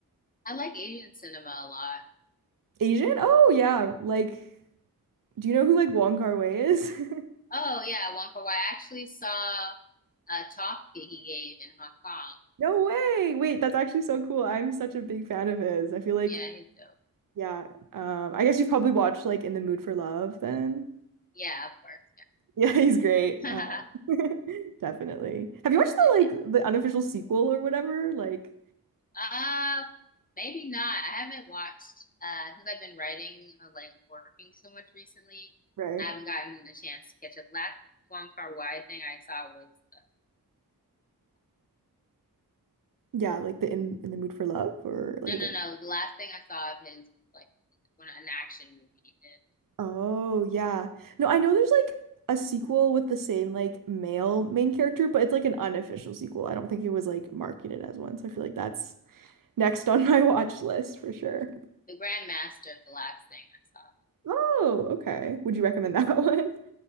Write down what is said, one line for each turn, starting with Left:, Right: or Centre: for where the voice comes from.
Left: I like Asian cinema a lot.
Right: Asian? Oh yeah, like do you know who like Wong Kar-wai is? <laughs>
Left: Oh yeah, Wong Kar Wai. I actually saw a talk that he gave in Hong Kong.
Right: No way. Wait, that's actually so cool. I'm such a big fan of his. I feel like
Left: Yeah, he's dope.
Right: yeah, um I guess you've probably watched like In the Mood for Love then.
Left: Yeah, of course.
Right: Yeah, <laughs> he's great.
Left: Yeah.
Right: Uh, <laughs> definitely. Have you watched the
Left: <laughs>
Right: like the unofficial sequel or whatever? Like
Left: Uh, maybe not. I haven't watched uh since I've been writing uh, like working so much recently.
Right: right.
Left: I haven't gotten a chance to catch up. Last Wong Kar-wai thing I saw was uh,
Right: Yeah, like the In In the Mood for Love or like
Left: no,
Right: a different
Left: no, no. The last thing I saw of his was like when an action movie, and
Right: Oh, yeah. No, I know there's like a sequel with the same like male main character, but it's like an unofficial sequel. I don't think it was like marketed as one, so I feel like that's next on <laughs> my watch list for sure.
Left: the Grand Master of the last thing I saw.
Right: Oh, okay. Would you recommend that <laughs> one?